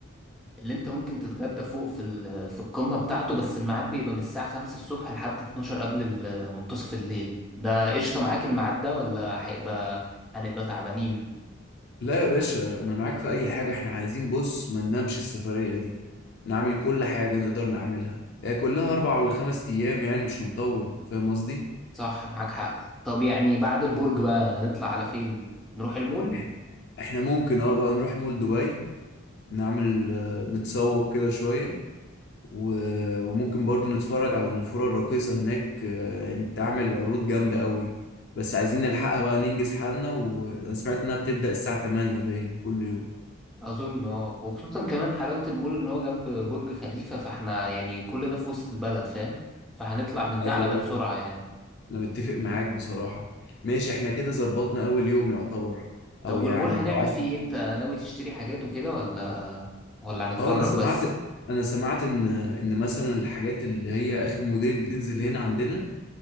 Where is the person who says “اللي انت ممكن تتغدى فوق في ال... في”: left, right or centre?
Centre